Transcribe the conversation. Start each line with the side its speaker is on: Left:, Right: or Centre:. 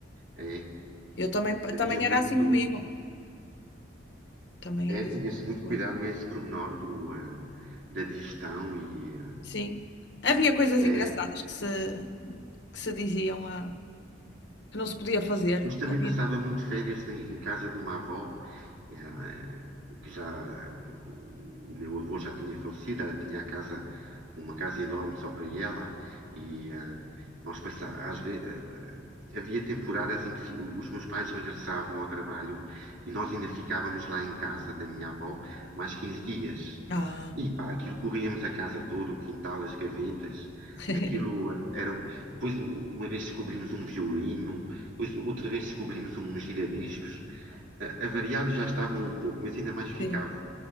Right: é,
Left: Eu também,
Right: havia
Left: também
Right: muito,
Left: era assim comigo. Também
Right: é,
Left: era exatamente
Right: tinha-se muito
Left: igual.
Right: cuidado a esse pormenor do, eh, da digestão e
Left: Sim. Havia coisas
Right: eh,
Left: engraçadas
Right: é,
Left: que se, que se diziam ah, que não se podia fazer.
Right: hoje também
Left: Havia.
Right: passava muito férias em, em casa de uma avó. eh, que já o meu avô já tinha falecido, ela tinha a casa, uma casa enorme só para ela, e eh, nós passá- às ve- eh, havia temporadas em que fi- os meus pais regressavam ao trabalho e nós ainda ficávamos lá em casa da minha avó mais 15 dias.
Left: Ah,
Right: E pá, aquilo corríamos a casa toda, o quintal, as gavetas,
Left: <laughs>
Right: aquilo eh, era. um- Depois, um- uma vez descobrimos um violino, depois outra vez descobrimos um giradiscos. A- Avariados já estavam um pouco, mas ainda mais ficavam.
Left: sim.